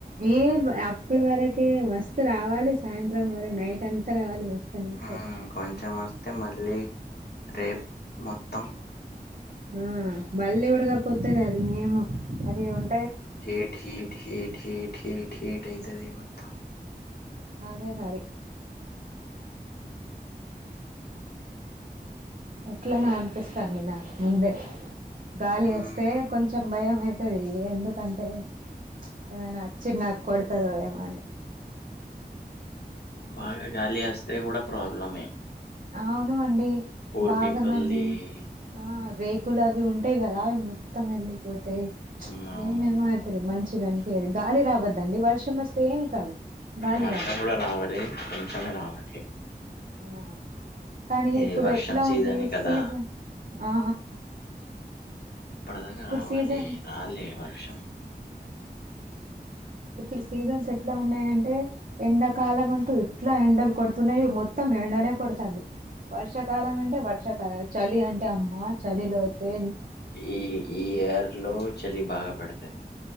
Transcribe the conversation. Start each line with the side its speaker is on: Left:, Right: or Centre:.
Right: ఏ అప్పుడు వరకే మస్త్ రావాలి సాయంత్రం వర నైట్ అంత రావాలి మస్తు అనిపిత్తది
Left: ఆ కొంచెం వస్తే మళ్ళీ రేప్ మొత్తం
Right: ఊ మళ్ళీ ఉడకపోతది అది మేము అది ఉన్
Left: hate heat heat heat heat heat అయితది మొత్తం
Right: అదే మరి ఎట్లానో అనిపిస్తాంది నాకు ముందే గాలి
Left: ఉమ్,
Right: వేస్తే కొంచెం భయం అవుతుది ఎందుకంటే ఏమైనా చిన్న కొడతది వయమాని
Left: బాగ గాలి వస్తే కూడ ప్రాబ్లమే
Right: అవును అండి
Left: పూర్
Right: బాగ
Left: పీపుల్ది
Right: మంది ఆ రేకులు అవి ఉంటాయి కదా మొత్తం వెళ్ళిపోతాయి
Left: హ్మ్ అవును.
Right: ఏమేమో అవుతుంది మంచిగా కనిపించదింకా గాలి రావద్దండి వర్షం వస్తే ఏం కాదు గాలి
Left: వర్షం
Right: రావద్దు
Left: కూడ రావాలి కొంచమే రావాలి
Right: ఆ కానీ
Left: ఈ
Right: ఇప్పుడు
Left: వర్షం
Right: ఎట్ల
Left: సీజనే
Right: ఉంది
Left: కదా!
Right: సీజన్ ఆ
Left: ఇప్పటిదాక రావాలి
Right: సీజన్
Left: రాలే వర్షం
Right: ఇప్పుడు సీజన్స్ ఎట్లా ఉన్నాయంటే ఎండాకాలం అంటూ ఎట్ల ఎండలు కొడుతున్నాయి మొత్తం ఎండనే కొడుతుంది వర్షాకాలం అంటే వర్షాకాలం చలి అంటే అమ్మ చలిలోతే
Left: ఈ ఇయర్ లో చలి బాగాపడుతంది